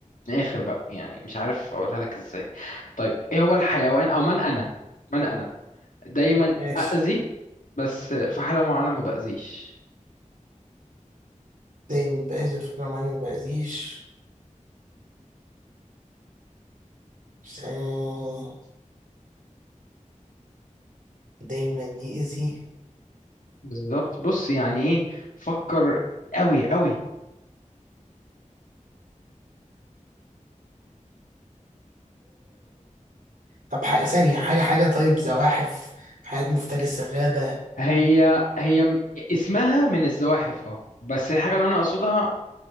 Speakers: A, on the left; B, on the right.
A: من الاخر بقى يعني مش عارف اقولها لك ازاي طيب ايه هو الحيوان او من انا من انا دايما
B: ماشي
A: اذي بس في حالة معينة ما بأذيش
B: دايما بأذي فكرة معايا ما بأذيش آه، دايما يأذي
A: بالظبط بص يعني ايه فكر قوي قوي
B: طب حاجة ثانية حاجة حاجة طيب زواحف حياة مفترسة غابة
A: هي هي م- اسمها من الزواحف اه بس الحاجة اللي انا اقصدها